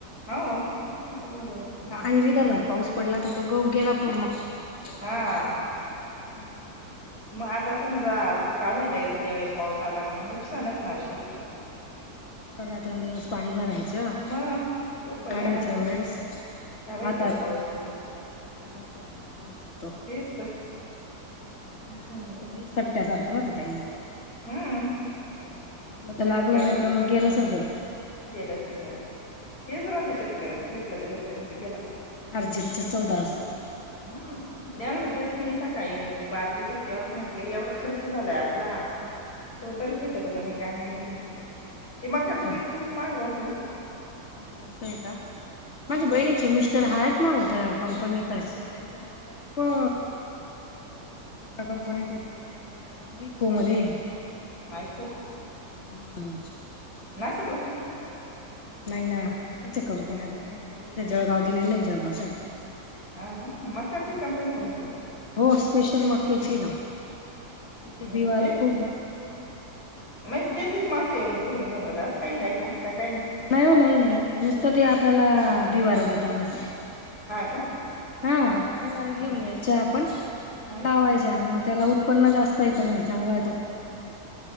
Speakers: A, on the left; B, on the left.
A: हो खूप खूपच ग गहू कमी झालाय
B: आणि विदर्भात पाऊस पडला तर तो गहू गेला पूर्ण. त्यांचा
A: हा.
B: हम्म
A: मग आता समजा तो काढायला येतो त्या वेळेस पाऊस आला का मग नुकसानच ना हो शेवटी.
B: रात्रनं दिवस पाणी भरायचं.
A: मग सोपं
B: आणि काढायच्या
A: नाही राहत
B: वेळेस
A: काढायच्या
B: हातात
A: वेळेस पाऊस येतो
B: तोंडाशी आलेला घास जातो.
A: तेच तर
B: शेतकऱ्याच
A: असं
B: तसं जास्त
A: म्हणलं
B: बाई सट्ट्यासारखं होत ताई.
A: हम्म
B: सट्ट्या सारखं लागलं तर
A: शेतकऱ्याच
B: लागलं नाही तर मग गेलं सगळं.
A: गेलं सगळं. तेच राहतं शेतकऱ्यांचं भेटलं तर भेटतं नाही तर गेलं.
B: हारजीतचा सौदा असतो तो.
A: हूं. यांना तेच मी सकाळी बारी देत होते तेव्हाच म्हंटले एवढा खर्च झालाय आपला तो
B: हम्म.
A: तरी फिटतो का नाही काय माहिती म्हटलं, ते मक्याचं
B: हो
A: बी खूप महाग राहतं वो.
B: अच्छा! असं आहे का, माझ्या बहिणीचे मिस् टर आहेत ना ओ, त्या कंपनीत आहेत, त्यांच्या मका प कुठल्या कंपनीत आहे बाई ते आता, मैको मध्ये
A: मायको
B: हं!
A: नाशिकलाच ना!
B: नाही ना, त्यांच्या कंपन्या आता काय, त्यांना इथं जळगाव दिलेलं नाही, जळगाव साईड
A: हा का मकाची कंपनी का म्हणले?
B: हो! स्पेशल मक्याची ना, त्याचे
A: म्हणजे
B: बिवारं
A: ते
B: खूप हम्म.
A: म्हणजे त्यांचेच माणसे येऊन खोडून घेऊन जातात. असं काही आहे का, का काही
B: नाही हो, नाही, नाही नुसतं ते आपल्याला बिवारं देता बस.
A: हा, का!
B: हा, बिवार घेऊन
A: हा
B: यायच्या आपण, आणि
A: हा
B: लावायच्या मग त्याला उ उत्पन्न जास्त येतं म्हणे, चांगला आहे तो कणीस,